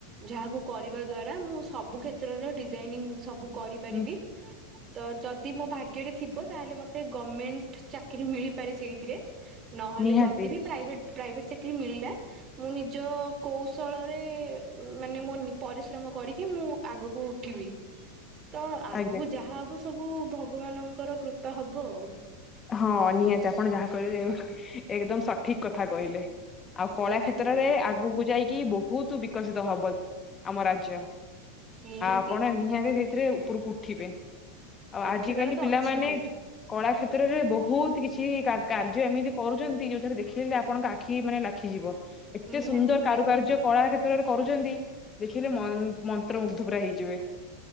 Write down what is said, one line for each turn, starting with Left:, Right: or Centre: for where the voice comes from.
Right: ଯାହାକୁ କରିବା ଦ୍ଵାରା ମୁଁ ସବୁ କ୍ଷେତ୍ରର ଡିଜାଇନିଂ ସବୁ କରିପାରିବି।
Left: ହୁଁ
Right: ତ ଯଦି ମୋ ଭାଗ୍ୟରେ ଥିବ ତାହେଲେ ମତେ ଗମେଣ୍ଟ ଚାକିରୀ ମିଳିପାରେ ସେଇଥିରେ। ନହେଲେ
Left: ନିହାତି
Right: ଯଦି ବି ପ୍ରାଇଭେଟ ପ୍ରାଇଭେଟ ଚାକିରୀ ମିଳିଲା ମୁଁ ନିଜ କୌଶଳରେ ମାନେ ମୋ ନି ପରିଶ୍ରମ କରିକି ମୁଁ ଆଗକୁ ଉଠିବି। ତ ଆଗକୁ
Left: ଆଜ୍ଞା
Right: ଯାହା ହବ ସବୁ ଭଗବାନଙ୍କର କୃପା ହବ ଆଉ।
Left: ହଁ ନିହାତି ଆପଣ ଯାହା କହିଲେ ଏକଦମ ସଠିକ କଥା କହିଲେ। ଆଉ କଳା
Right: ନିହାତି
Left: କ୍ଷେତ୍ରରେ
Right: ଆଜ୍ଞା।
Left: ଆଗକୁ ଯାଇକି ବୋହୁତ ବିକଶିତ ହବ ଆମ ରାଜ୍ୟ ଆ
Right: ନିହାତି
Left: ଆପଣ ନିହାତି ସେ ଥିରେ ଉପରକୁ ଉଠିବେ। ଆଉ
Right: ଉଠିବାର
Left: ଆଜିକାଲି
Right: ତ
Left: ପିଲାମାନେ
Right: ଅଛି ହିଁ
Left: କଳା କ୍ଷେତ କ୍ଷେତ୍ରରେ ବୋହୁତ କିଛି କା କାର୍ଯ୍ୟ ଏମିତି କରୁଚନ୍ତି ଯୋଉଥିରେ ଦେଖିଦେଲେ ଆପଣଙ୍କ ଆଖି ମାନେ ଲାଖିଯିବ। ଏତେ
Right: ନିହାତି
Left: ସୁନ୍ଦର
Right: ମୁଁ
Left: କାରୁକାର୍ଯ୍ୟ
Right: ଦେଖିଛି।
Left: କଳା କ୍ଷେତ୍ରରେ କରୁଚନ୍ତି ଦେଖିଲେ ମ ମନ୍ତ୍ର ମୁଗ୍ଧ ପୁରା ହେଇଯିବେ।